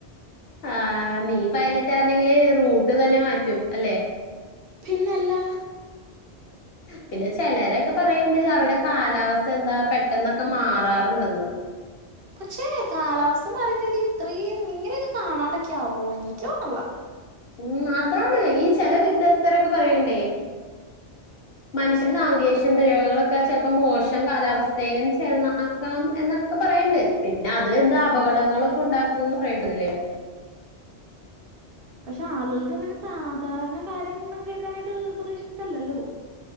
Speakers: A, on the left (about 60°); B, on the right (about 60°).
A: ആഹ് നീ പൈലറ്റാര്ന്നെങ്കി റൂട്ട് തന്നെ മാറ്റും അല്ലെ
B: പിന്നെല്ല
A: പിന്നെ ചെലരൊക്കെ പറയ്ണ്ട് അവിടെ കാലാവസ്ഥന്താ പെട്ടെന്നൊക്കെ മാറാറ്ണ്ടെന്ന്
B: പക്ഷേ കാലാവസ്ഥ മാറീന്ന് കര്തി ഇത്രയും ഇങ്ങനൊക്കെ കാണാണ്ടൊക്കെ ആവോ ഇൻക്കോന്നണില്ല
A: ഉം അതാണ് ഈ ചെല വിദഗ്ദ്ധരൊക്കെ പറയ്ണ്ടേ മനുഷ്യർ നാവകേശം പിഴവ്കളൊക്കെ ചെലപ്പോ മോശം കാലാവസ്ഥയിലും ചേർന്നാ ക്കാം എന്നൊക്കെ പറയ്ണ്ട്‌ പിന്നെ അത് എന്താ അപകടങ്ങളൊക്കെ ഉണ്ടാക്കൂന്ന് പറയേണ്ടതില്ലേ
B: പക്ഷെ ആളുകൾക്കങ്ങനെ സാധാരണ കാര്യം ഒന്നും കേൾക്കാനായിട്ട് പൊതുവെ ഇഷ്ടല്ലല്ലോ